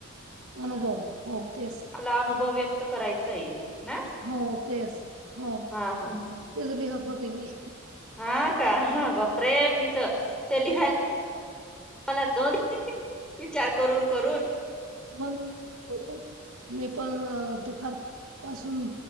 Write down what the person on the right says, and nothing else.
अनुभव हो तेच
हो तेच हो
तेच लिहत होते मी
मग त करू <unintelligible> मी पण दुपार पासून